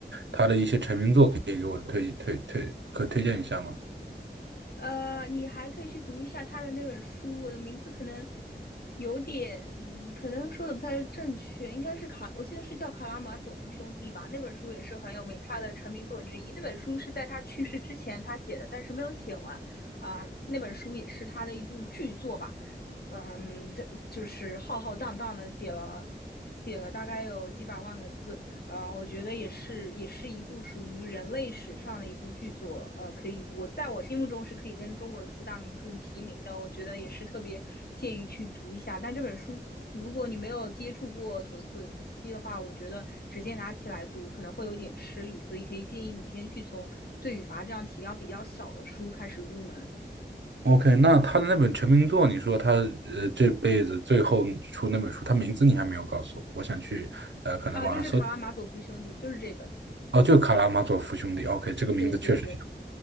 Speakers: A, on the right; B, on the left.
A: 他的一些成名作可以给我推推推可推荐一下吗
B: 呃，你还可以去读一下他的那本书，我的名字可能有点，可能说的不太正确，应该是卡，我记得是叫《卡拉马佐夫兄弟》吧。那本书也是很有名，他的成名作之一。那本书是在他去世之前他写的，但是没有写完啊、那本书也是他的一部巨作吧。嗯，他就是浩浩荡荡的写了写了大概有几百万个字，啊、呃我觉得也是，也是一部属于人类史上的一部巨作。呃，可以，我在我心目中是可以跟中国的四大名著提名的。我觉得也是特别建议去读一下。但这本书，如果你没有接触过陀思妥耶夫斯基的话，我觉得直接拿起来读可能会有点吃力，所以可以建议你先去从《罪与罚》这样体量比较小的书开始入门。
A: ？OK，那他的那本成名作，你说他呃这辈子最后出那本书，他名字你还没有告诉我，我想去呃可能吗？
B: 啊、呃就是《卡拉马佐夫兄弟》，就是这本。
A: 哦，就《卡拉马佐夫兄弟》。OK，这个名字确实。
B: 对对对，